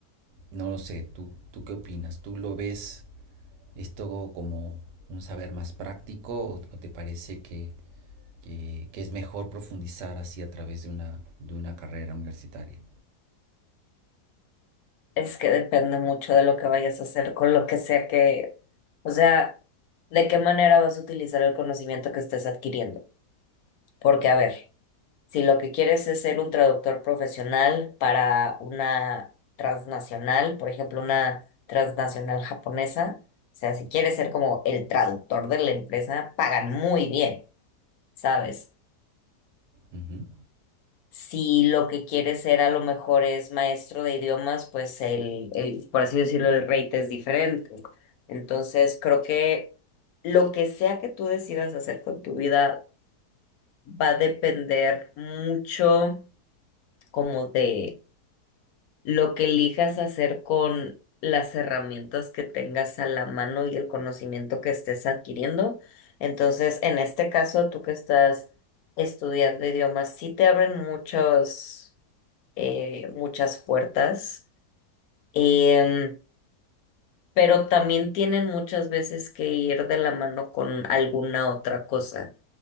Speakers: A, on the right; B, on the left.
A: no lo sé, ¿tú, ¿tú qué opinas? ¿Tú lo ves esto como un saber más práctico o, o te parece que, que, que es mejor profundizar así a través de una, de una carrera universitaria?
B: Es que depende mucho de lo que vayas a hacer con lo que sea que, o sea, de qué manera vas a utilizar el conocimiento que estés adquiriendo. Porque, a ver. Si lo que quieres es ser un traductor profesional para una transnacional, por ejemplo, una transnacional japonesa, o sea, si quieres ser como el traductor de la empresa, pagan muy bien, ¿sabes?
A: Ujú,
B: Si lo que quieres ser a lo mejor es maestro de idiomas, pues el, el, por así decirlo, el rate es diferente. Entonces, creo que lo que sea que tú decidas hacer con tu vida va a depender mucho como de lo que elijas hacer con las herramientas que tengas a la mano y el conocimiento que estés adquiriendo. Entonces, en este caso, tú que estás estudiando idiomas, sí te abren muchos, eh, muchas puertas, em, pero también tienen muchas veces que ir de la mano con alguna otra cosa.